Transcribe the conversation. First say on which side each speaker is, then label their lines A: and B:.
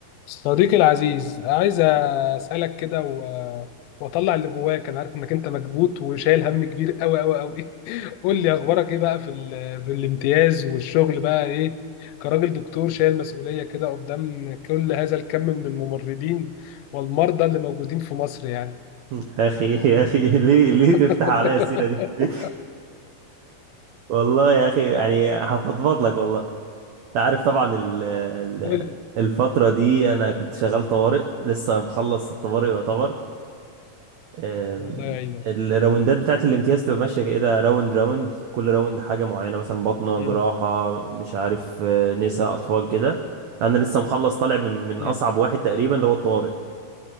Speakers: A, on the left (about 80°); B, on the right (about 80°).
A: صديقي العزيز عايز اسالك كده و... واطلع اللي جواك انا عارف انك انت مكبوت وشايل هم كبير قوي قوي قوي <laughs> قول لي اخبارك ايه بقى في ال... في الامتياز والشغل بقى ايه كراجل دكتور شايل مسؤوليه كده قدام كل هذا الكم من الممرضين والمرضى اللي موجودين في مصر يعني
B: يا اخي يا اخي ليه ليه
A: <laughs>
B: تفتح عليا السيره دي <laughs> والله يا اخي يعني هفضفض لك والله انت عارف طبعا ال ال
A: قول لي
B: الفتره دي انا كنت شغال طوارئ لسه مخلص الطوارئ يعتبر أم،
A: الله يعينك
B: الراوندات بتاعت الامتياز تبقى ماشيه كده راوند راوند كل راوند حاجه معينه مثلا بطنه
A: مم.
B: جراحه مش عارف آه، نساء اطفال كده انا لسه مخلص طالع من من
A: مم.
B: اصعب واحد تقريبا اللي هو الطوارئ